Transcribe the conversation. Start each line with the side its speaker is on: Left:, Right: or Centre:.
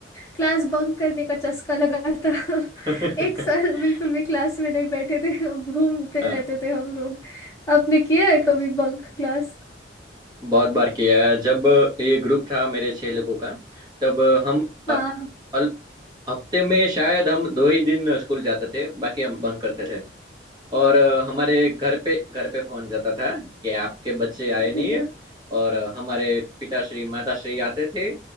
Left: क्लास बंक करने का चस्का लगा था <laughs>
Right: <laughs>
Left: एक साल बिल्कुल भी क्लास में नहीं बैठे थे घूमते
Right: हाँ
Left: रहते थे हम लोग आपने किया है कभी बंक क्लास
Right: बहुत बार किया है जब ये ग्रुप था मेरे छह लोगों का तब हम अ,
Left: हाँ
Right: अल- हफ्ते में शायद हम दो ही दिन स्कूल जाते थे बाकी हम बंक करते थे और अ, हमारे घर पे घर पे फोन जाता था कि आपके बच्चे आए
Left: अच्छा
Right: नहीं है और अ, हमारे पिताश्री माताश्री आते थे